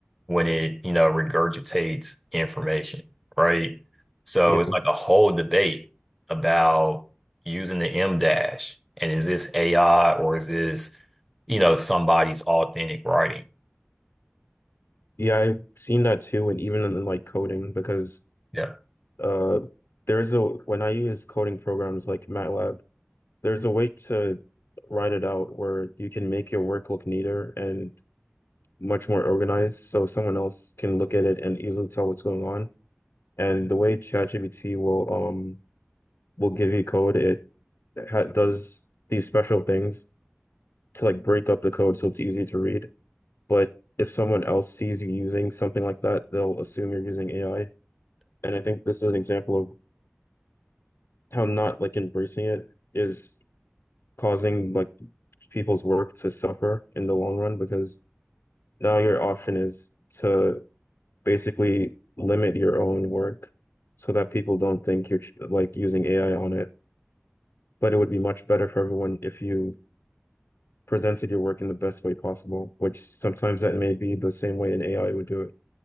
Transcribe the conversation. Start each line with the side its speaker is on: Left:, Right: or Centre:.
Centre: when it, you know, regurgitates information, right? So
Left: Yeah.
Centre: it's like a whole debate about using the M dash and is this AI or is this, you know, somebody's authentic writing?
Left: Yeah, I've seen that too, and even in like coding, because
Centre: Yeah.
Left: uh there's a when I use coding programs like MATLAB, There's a way to write it out where you can make your work look neater and much more organized so someone else can look at it and easily tell what's going on. And the way ChatGPT will um will give you code, it ha does these special things to like break up the code so it's easy to read. But if someone else sees you using something like that, they'll assume you're using AI. And I think this is an example of how not like embracing it is causing like people's work to suffer in the long run because Now your option is to basically limit your own work so that people don't think you're like using AI on it. But it would be much better for everyone if you presented your work in the best way possible, which sometimes that may be the same way an AI would do it.